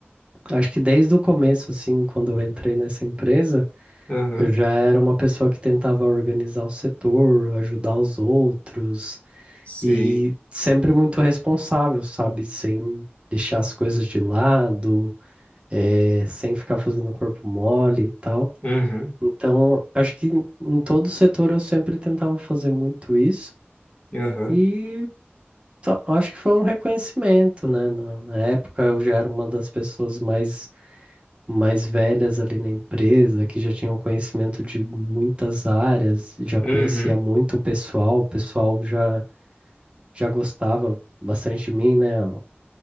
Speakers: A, on the right; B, on the left.
A: acho que desde o começo, assim, quando eu entrei nessa empresa,
B: Aham.
A: Eu já era uma pessoa que tentava organizar o setor, ajudar os outros
B: Sei.
A: e sempre muito responsável, sabe? Sem deixar as coisas de lado, eh, sem ficar fazendo corpo mole e tal.
B: Uhum.
A: Então, acho que em em todo setor eu sempre tentava fazer muito isso
B: Aham.
A: e só- acho que foi um reconhecimento, né? Na na época eu já era uma das pessoas mais mais velhas ali na empresa, que já tinham conhecimento de muitas áreas, já conhecia
B: Uhum.
A: muito o pessoal, o pessoal já, já gostava bastante de mim, né? A